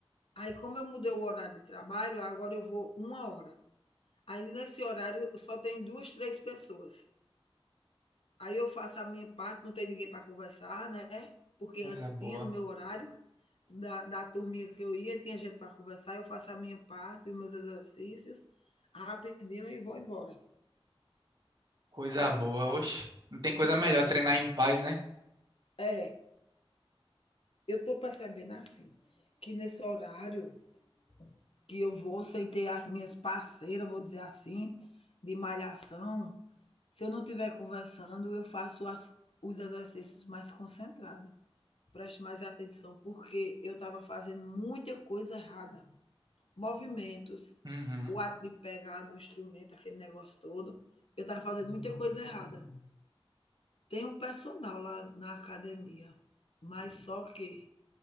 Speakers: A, on the left; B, on the right.
A: Aí como eu mudei o horário de trabalho, agora eu vou uma hora Aí nesse horário só tem 2 3 pessoas. Aí eu faço a minha parte, não tem ninguém para conversar, né, porque
B: Coisa
A: antes
B: boa,
A: tinha no meu horário da da turminha que eu ia, tinha gente para conversar, eu faço a minha parte e os meus exercícios rapidinho e vou embora.
B: coisa
A: Aí
B: boa.
A: sai
B: Oxe, não tem coisa
A: e sai
B: melhor treinar
A: assim.
B: em paz, né?
A: É, eu estou percebendo assim, que nesse horário que eu vou sem ter as minhas parceiras, vou dizer assim, de malhação, se eu não estiver conversando, eu faço as os exercícios mais concentrada. preste mais atenção, porque eu estava fazendo muita coisa errada. Movimentos,
B: Uhum.
A: o ato de pegar no instrumento, aquele negócio todo. Eu estava fazendo muita coisa errada. Tem um personal lá na academia, mas só que